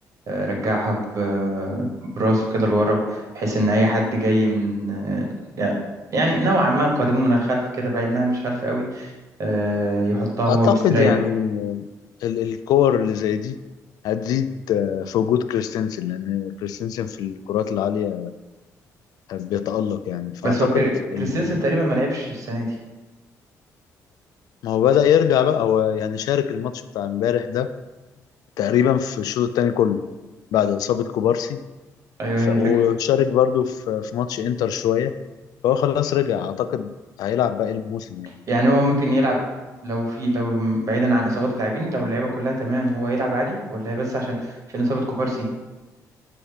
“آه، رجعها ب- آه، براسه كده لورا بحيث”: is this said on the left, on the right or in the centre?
Right